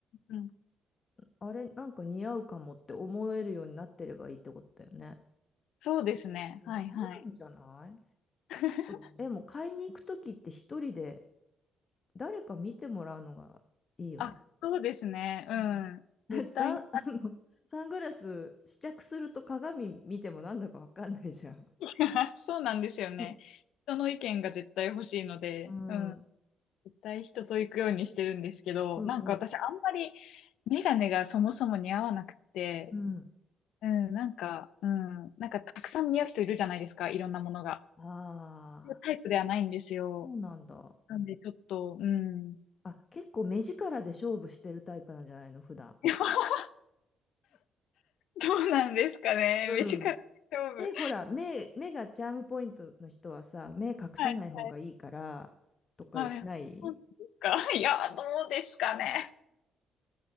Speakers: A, on the left; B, on the left.
A: うん。
B: あれ、なんか似合うかもって思えるようになってればいいってことだよね。
A: そうですね。
B: うん、
A: はいはい。
B: なるんじゃない
A: <laughs>
B: うんえ、もう買いに行くときって一人で誰か見てもらうのがいいよね。
A: あ、そうですね。うん。
B: うん <laughs>
A: 絶対に
B: ラン、あの、サングラス試着すると鏡見てもなんだかわかんないじゃん。
A: <laughs> そうなんですよね。
B: う
A: 人の意見が絶対欲しいので、
B: ん。
A: うん、絶対人と行くようにしてるんですけど、
B: うんうん
A: なんか私あんまりメガネがそもそも似合わなくて、
B: うん。
A: うん、なんか、うん、なんかたくさん似合う人いるじゃないですか、いろんなものが。
B: ああ、
A: タイプではないんですよ。
B: そうなんだ。
A: なんでちょっと、うん。
B: あ、結構目力で勝負してるタイプなんじゃないの、普段。
A: <laughs> どうなんですかね。
B: うん。
A: 目力勝負。
B: <laughs> え、ほら、目、目がチャームポイントの人はさ、目隠さない方がいいから、
A: はい、はい。
B: とかない
A: はい。そうですか。いや、どうですかね。